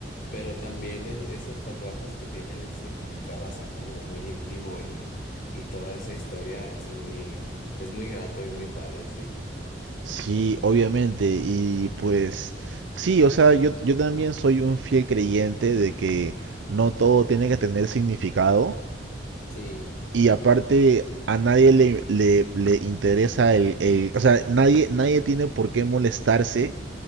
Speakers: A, on the left (about 50°); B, on the right (about 85°).
A: Pero también es- esos tatuajes que tienen ese significado así como muy íntimo y, y toda esa historia es muy, es muy grato y muy padre, sí.
B: Sí, obviamente. Y pues sí, o sea, yo, yo también soy un fiel creyente de que no todo tiene que tener significado.
A: Sí,
B: Y aparte, a nadie le, le, le interesa el, el- O sea, nadie, nadie tiene por qué molestarse